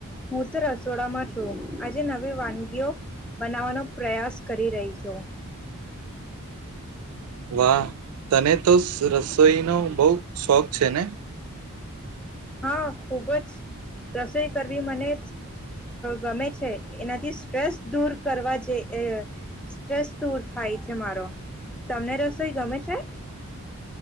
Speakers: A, in the centre; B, on the right.
A: હું તો રસોડામાં છું. આજે નવી વાનગીઓ બનાવવાનો પ્રયાસ કરી રહી છું.
B: વાહ તને તો સ રસોઈનો બહું શોખ છે ને?
A: હા ખુબ જ રસોઈ કરવી સ મને ગમે છે, એનાથી સ્ટ્રેસ દૂર કરવા જે અહ સ્ટ્રેસ દૂર થાય છે મારો, તમને રસોઈ ગમે છે?